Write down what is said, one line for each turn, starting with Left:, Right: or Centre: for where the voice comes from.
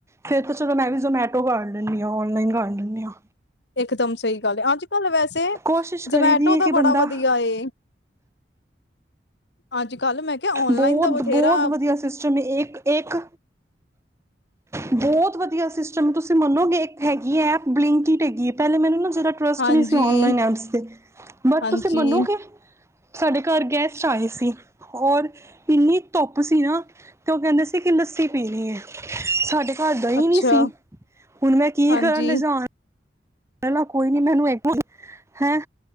Right: ਫਿਰ ਤਾਂ, ਚਲੋ ਮੈਂ ਵੀ ਜਮੈਟੋ ਕਰ ਲੈਂਣੀ ਆਂ ਔਨਲਾਈਨ ਕਰ ਲੈਂਣੀ ਆਂ।
Left: ਇਕ ਦਮ ਸਹੀ ਗੱਲ ਏ, ਅੱਜ-ਕਲ ਵੈਸੇ,
Right: ਕੋਸ਼ਿਸ਼ ਕਰੀ
Left: ਜਮੈਟੋ
Right: ਦੀ ਹੈ
Left: ਦਾ
Right: ਕਿ
Left: ਬੜਾ
Right: ਬੰਦਾ
Left: ਵਧੀਆ ਏ। ਅੱਜ ਕੱਲ ਮੈਂ ਕਿਹਾ ਔਨਲਾਈਨ
Right: ਬਹੁਤ-ਬਹੁਤ
Left: ਦਾ ਬਥੇਰਾ
Right: ਵਧੀਆ ਸਿਸਟਮ ਏ, ਇੱਕ-ਇੱਕ, ਬਹੁਤ ਵਧੀਆ ਸਿਸਟਮ ਤੁਸੀਂ ਮੰਨੋਗੇ ਇੱਕ ਹੈਗੀ ਏ ਐਪ ਬਲਿੰਕਇਟ ਹੈਗੀ ਏ, ਪਹਿਲੇ ਮੈਨੂੰ ਨਾ ਟ੍ਰਸ਼ਟ
Left: ਹਾਂਜੀ
Right: ਨਹੀਂ ਸੀ ਔਨਲਾਈਨ ਐਪਸ ਤੇ, ਬਟ
Left: ਹਾਂਜੀ
Right: ਤੁਸੀਂ ਮੰਨੋਗੇ ਸਾਡੇ ਘਰ ਗੈਸਟ ਆਏ ਸੀ। ਔਰ ਇੰਨੀ ਧੁੱਪ ਸੀ ਨਾ, ਤੇ ਉਹ ਕਹਿੰਦੇ ਸੀ ਕਿ ਲੱਸੀ ਪੀਣੀ ਹੈ, ਸਾਡੇ ਘਰ ਦਾ ਹੀ
Left: ਅੱਛਾ
Right: ਨਹੀਂ ਸੀ, ਹੁਣ ਮੈਂ ਕੀ
Left: ਹਾਂਜੀ
Right: ਕਰਾਂ ਲਿਜਾਣ ਪਹਿਲਾਂ ਕੋਈ ਨੀ ਮੈਨੂੰ ਹੈਂ